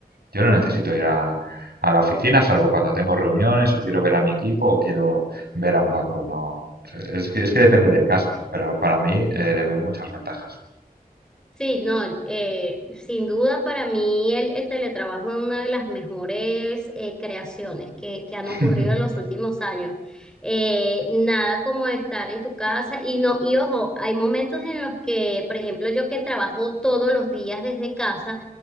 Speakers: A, on the right; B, in the centre.
A: yo no necesito ir a, a la oficina, salvo cuando tengo reuniones o quiero ver a mi equipo o quiero ver a un banco. No, es que, es que depende del caso, pero para mí eh, le veo muchas ventajas.
B: Sí, no, eh, sin duda para mí el, el teletrabajo es una de las mejores eh, creaciones que, que han
A: <laughs>
B: ocurrido en los últimos años. Eh, nada como estar en tu casa y no, y ojo, hay momentos en los que, por ejemplo, yo que trabajo todos los días desde casa,